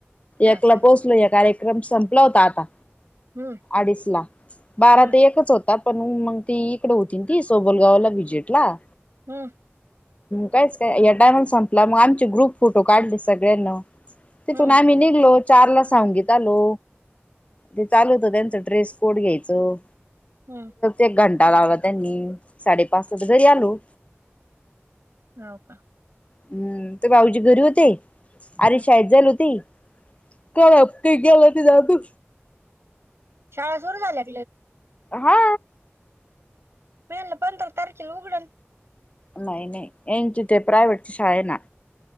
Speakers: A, on the right; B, on the left.
A: हा
B: एकला
A: का
B: पोहोचलो या कार्यक्रम संपला होता आता.
A: हम्म
B: अडीच ला बारा
A: हम्म
B: ते एकच होतात. पण मग ती इकडे होती ती सोबलगावला विजेटला‌
A: हम्म
B: कायच काय या टाईमला संपला मग आमचे ग्रुप फोटो काढले सगळ्यांना. तेथून
A: हम्म
B: आम्ही निघलोत. चारला सांगलीत आलो ते चालू होत त्यांचं ड्रेस कोड घ्यायचं.
A: हम्म
B: एक घंटा लावला त्यांनी साडेपाच तर घरी आलो.
A: हो का.
B: हम्म ते भाऊजी घरी होते आर्वी
A: हम्म
B: शाळेत जाईल होती. कारा ते गला तर जा तू
A: शाळा सुरू झाल्या
B: हा...
A: पहील्या पंधरा तारखेला उघडन
B: नाही नाहीन यांची प्रायव्हेटची शाळा आहे ना